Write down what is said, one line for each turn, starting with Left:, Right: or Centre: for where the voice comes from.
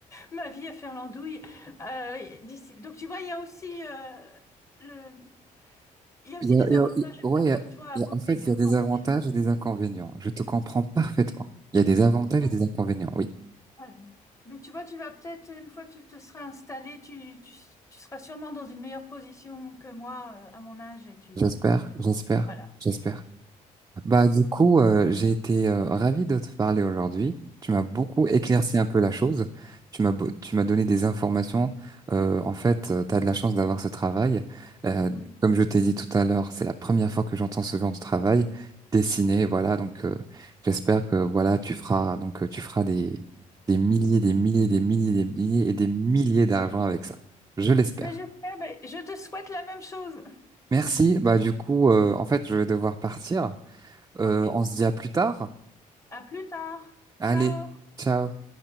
Left: ma vie à faire l'andouille. Euh, d'ici- donc tu vois, il y a aussi euh, le, il y a
Right: Il
Left: aussi
Right: y
Left: des
Right: a, il
Left: avantages
Right: y a- il- ouais,
Left: à faire
Right: il y
Left: comme
Right: a-
Left: toi, à
Right: il
Left: bosser
Right: y a- en fait,
Left: dur
Right: il y a des
Left: quand
Right: avantages
Left: on est
Right: et des inconvénients. Je te comprends parfaitement. Il y a des avantages
Left: jeune. Donc,
Right: et des inconvénients. Oui,
Left: voilà. Donc, tu vois, tu vas peut-être une fois que tu te seras installé, tu, tu, tu seras sûrement dans une meilleure position que moi euh, à mon âge et tu
Right: j'espère, j'espère,
Left: voilà,
Right: j'espère. Bah, du coup, euh, j'ai été euh, ravi de te parler aujourd'hui. Tu m'as beaucoup éclairci
Left: moi aussi.
Right: un peu la chose. Tu m'as beau- tu m'as donné des informations. Euh, en fait, euh, tu as de la chance d'avoir ce travail. Euh,
Left: Oui.
Right: comme je t'ai dit tout à l'heure, c'est la première fois que j'entends ce genre de travail dessiné. Voilà, donc euh, j'espère que voilà, tu feras donc euh, tu feras des des milliers, des milliers, des milliers, des milliers et des milliers d'argent avec ça. Je l'espère.
Left: Ben, j'espère, ben, je te souhaite la même chose.
Right: Merci. Bah, du coup, euh, en fait, je vais devoir partir. Euh,
Left: OK?
Right: on se dit à plus tard.
Left: À plus tard.
Right: Allez,
Left: Ciao.
Right: ciao.